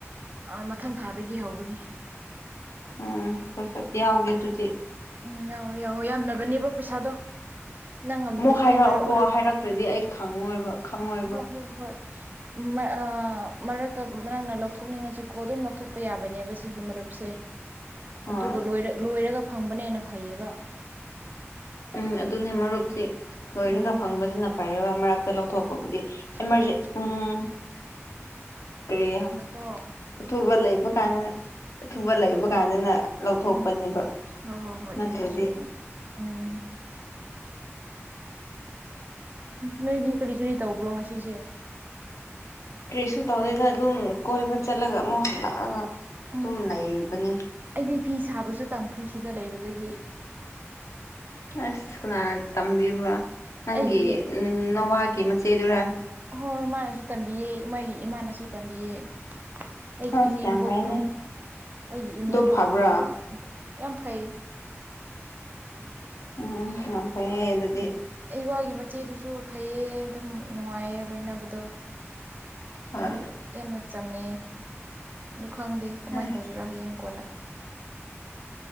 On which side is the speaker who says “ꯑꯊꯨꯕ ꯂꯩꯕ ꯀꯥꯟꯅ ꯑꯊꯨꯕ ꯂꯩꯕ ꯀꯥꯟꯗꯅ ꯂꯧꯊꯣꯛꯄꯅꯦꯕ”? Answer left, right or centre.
Left